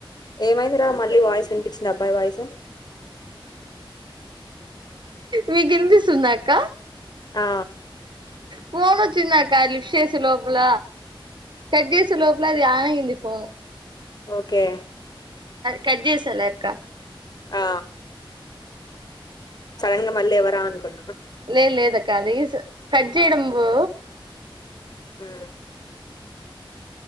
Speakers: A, on the left; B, on the right.
A: ఏమైందిరా మళ్ళీ వాయిస్ వినిపించి దబ్బై వయసు
B: మీకనిపిస్తుందా అక్క
A: ఆ
B: ఫోనొచ్చింద కాలిప్సేసి లోపల కడ్ చేసే లోపలా అది ఆన్ అయింది ఫోను
A: ఒకే
B: కజ్జీ సాలే అక్క
A: ఆ సడన్ గా మళ్ళీ ఎవరా అనుకుం
B: లే లేదక ఆది కట్ చేయడం పో
A: ఉ